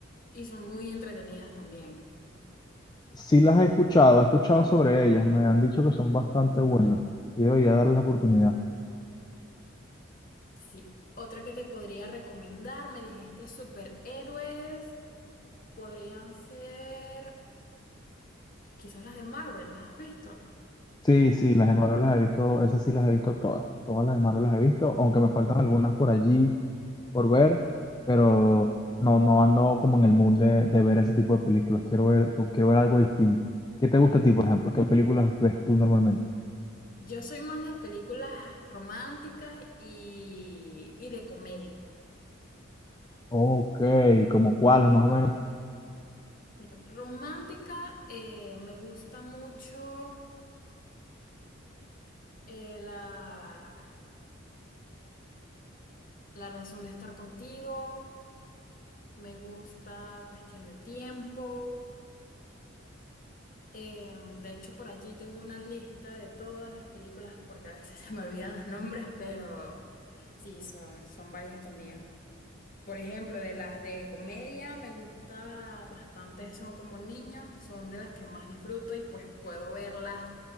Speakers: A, on the left; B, on the left.
A: y son muy entretenidas también.
B: Sí las he escuchado, he escuchado sobre ellas, me han dicho que son bastante buenas y debería darles la oportunidad.
A: Sí, otra que te podría recomendar, me dijiste superhéroes, podrían ser quizás las de Marvel, ¿las has visto?
B: Sí, sí, las de Marvel las he visto, esas sí las he visto todas, todas las de Marvel las he visto, aunque me faltan algunas por allí por ver, pero no, no ando como en el mood de, de ver ese tipo de películas, quiero ver, quiero ver algo distinto. ¿Qué te gusta a ti, por ejemplo? ¿Qué películas ves tú normalmente?
A: Yo soy más de películas románticas y, y de comedia.
B: Ok, ¿como cuáles más o menos?
A: Mira, romántica, eh, me gusta mucho eh, la, la razón de estar contigo, me gusta cuestión de tiempo. eh, de hecho, por allí tengo una lista de todas las películas porque a veces <laughs> se me olvidan los nombres, pero sí, son, son varias también. Por ejemplo, de las de comedia me gusta bastante, son como niños, son de las que más disfruto y pues puedo verlas